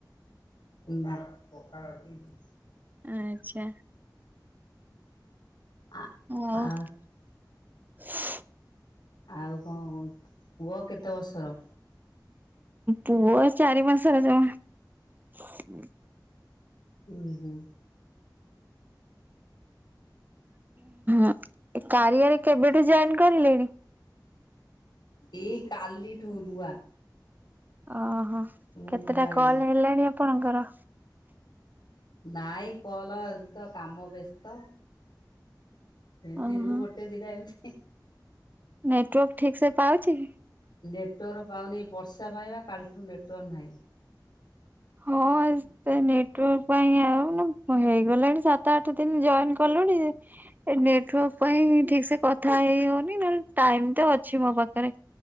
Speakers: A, on the left; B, on the right.
A: ନା କକା ରଖିବି <unintelligible>
B: ଆଚ୍ଛା
A: ଅ
B: ଆଉ
A: ଅ <unintelligible>
B: <inaudible>
A: ଆଉ କଣ କ ପୁଅ କେତେ ବର୍ଷର
B: ପୁଅ ଚାରି ମାସରେ ଯମା
A: ହୁ ହୁ
B: ଁ କାରିଆରେ କେବେଠୁ ଜଏନ୍ କରିଲେଣି
A: ଏଇ କାଲି ଠୁ ନୂଆ
B: ଓହୋ
A: ମୁଁ
B: କେତେଟା
A: ନୂଆ
B: କଲ୍
A: ଇଏ।
B: ହେଲେଣି ଆପଣଙ୍କର
A: ନାଇଁ କଲ ଏ ତ କାମ ବ୍ୟସ୍ତ ଦିନକୁ
B: ଓହୋ।
A: ଗୋଟେ ଦିଟା ଏମିତି
B: ନେଟୱାର୍କ ଠିକ୍ ସେ ପାଉଛି
A: ନେଟୱାର୍କ ପାଉନି ବର୍ଷା ପାଇବା କାଲିଠୁ ନେଟୱାର୍କ ନାହିଁ
B: ହଁ ନେଟାର୍ ପାଇଁ ଆଉ ମାନ ହେଇଗଲାଣି ସାତ ଆଠ ଦିନ ଜଏ କଲେ ନେଟୱାର୍କ ପାଇଁ ଠିକ ସେ କଥା ହେଇ ହଉନି ନେଲେ ଟାଇମ ତ ଅଛି ମୋ ପାଖରେ